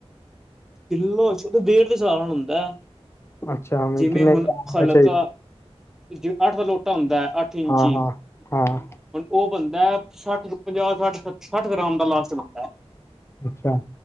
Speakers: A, in the centre; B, on the left (about 25°).
A: ਕਿਲੋ ਚ ਡੇਡ ਦੇ ਹਿਸਾਬ ਨਾਲ ਹੁੰਦਾ।
B: ਅੱਛਾ ਮ
A: ਜਿਵੇਂ
B: ਕਿੰਨੇ
A: ਹੁਣ
B: ਗ੍ਰਾਮ
A: ਖਲਕਾ
B: ਦਾ ਚਾਹੀਦਾ
A: । ਜੈ ਅੱਠ ਦਾ ਲੋਟਾ ਹੁੰਦਾ ਹੈ ਅੱਠ ਇੰਚ
B: ਹਾਂ
A: ਹੀ
B: ਹਾਂ
A: ।
B: ਹਾਂ
A: ਹੁਣ ਉਹ ਬੰਦਾ ਸੱਠ ਪੰਜਾਹ ਸੱਠ ਸੱਠ ਗ੍ਰਾਮ ਦਾ ਲਾਸਟ ਬੰਦਾ ਹੈ ।
B: ਅੱਛਾ ।